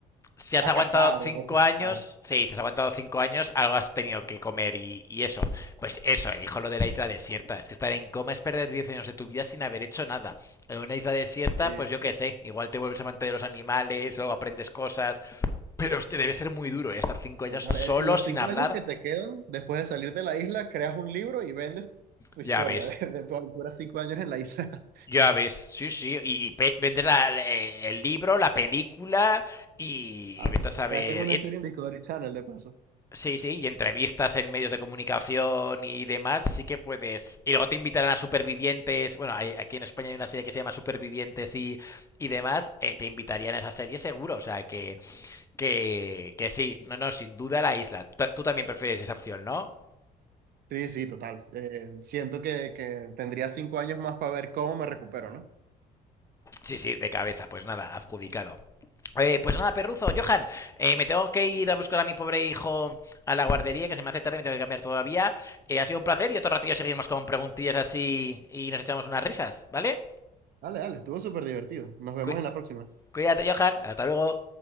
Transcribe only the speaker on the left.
si has
aguantado
cinco
años, sí, si has aguantado cinco años, algo has tenido que comer y, y eso. Pues eso, él dijo lo de la isla desierta. Es que estar en coma es perder 10 años de tu vida sin haber hecho nada. En una isla desierta,
pues yo
qué sé, igual te vuelves amante de los animales o aprendes cosas. Pero hostia, debe ser muy duro, ¿eh? Estar cinco años
solo,
sin
hablar.
Ya
ves.
Ya ves, sí, sí, y pe- vendes la- eh, el libro, la película y,
y vete
a saber.
Sí, sí, y entrevistas en medios de comunicación y demás, sí que puedes. Y luego te invitarán a Supervivientes. Bueno, hay- aquí en España hay una serie que se llama Supervivientes y, y demás. eh, te invitarían a esa serie seguro. O sea, que, que, que sí. No, no, sin duda la isla. Tú ta- tú también prefieres esa opción, ¿no?
Sí, sí, de cabeza. Pues nada, adjudicado. Eh, pues nada, perruzo, Johan, eh, me tengo que ir a buscar a mi pobre hijo a la guardería, que se me hace tarde y me tengo que cambiar todavía. Eh, ha sido un placer y otro ratillo seguimos con preguntillas así y nos echamos unas risas, ¿vale?
Cu-
cuídate, Johan, hasta luego.